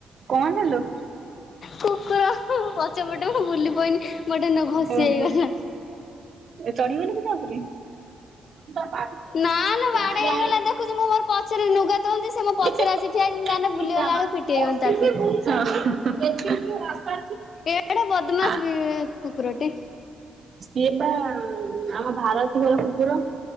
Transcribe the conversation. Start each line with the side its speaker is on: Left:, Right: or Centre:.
Right: କଣ ହେଲୁ?
Left: କୁକୁର ପଛପଟେ ମୁଁ ବୁଲି ପଇନି ଗୋଟେ ନ ଘସି
Right: ଓହୋ
Left: ହେଇଗଲା।
Right: ଏ ଚଢିଗଲୁ କି ତା ଉପରେ? ତ ବା
Left: ନା ଲୋ ବାଡେଇ
Right: ହେ
Left: ହେଇଗଲା ଦେଖୁଛି ମୁଁ ମୋର ପଛରେ ଲୁଗା ତୋଳୁଛି ସେ ମୋ ପଛରେ
Right: <inaudible>
Left: ଆସି ଠିଆ ହେଇଛି ମୁଁ
Right: <inaudible>
Left: ଜାଣିନେ ବୁଲିଗଲା ବେଳକୁ ପିଟି ହେଇଗନି ତାଠି ଏଡେ ବଦମାସ
Right: ଆ
Left: ବି କୁକୁରଟେ।
Right: ସିଏ ବା ଆମ ଭାରତୀ ହର କୁକୁର।